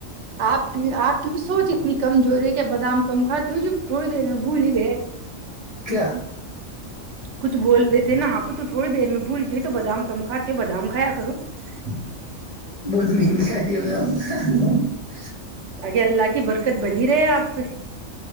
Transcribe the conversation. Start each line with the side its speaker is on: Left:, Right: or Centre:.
Right: آپ کی آپ کی بھی <unintelligible> سوچ اتنی کمزوری ہے کہ بادام <unintelligible> کم کاتی ہووں جب تھوڑی دیر میں بھول گئے <unintelligible>
Left: کیا
Right: کچھ بول رہے تھے نا آپ تو تھوڑی دیر میں بھول گئے تو بادام کم کھاتے بادام <unintelligible> کھیا کرو <unintelligible>
Left: بہت مہنگی شادی ہو ج <unintelligible>
Right: جگے اللہ حگی بر <unintelligible> دقت بنی رہے آپ پہ <unintelligible>